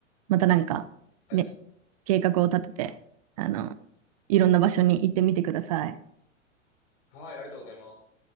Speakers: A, on the right (about 30°); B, on the left (about 50°).
A: またなんかね、
B: はい、
A: 計画を立てて、あの、いろんな場所に行ってみてください。
B: はいありがとうございます。